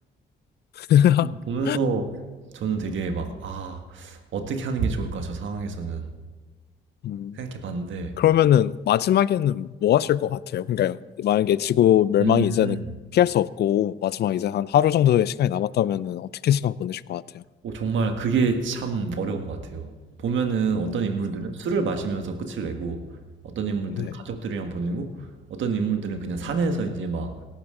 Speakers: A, on the left (about 55°); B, on the right (about 75°).
A: <laughs>
B: 보면서 저는 되게 막, 아, 어떻게 하는 게 좋을까, 저 상황에서는
A: 음.
B: 생각해 봤는데,
A: 그러면은 마지막에는 뭐 하실 것 같아요? 그러니까 만약에 지구 멸망이
B: 음.
A: 이제는 피할 수 없고 마지막 이제 한 하루 정도의 시간이 남았다면은 어떻게 시간 보내실 것 같아요?
B: 오, 정말 그게 참 어려운 것 같아요. 보면은 어떤 인물들은 술을 마시면서 끝을 내고, 어떤 인물들은
A: 네.
B: 가족들이랑 보내고, 어떤 인물들은 그냥 산에서 이제 막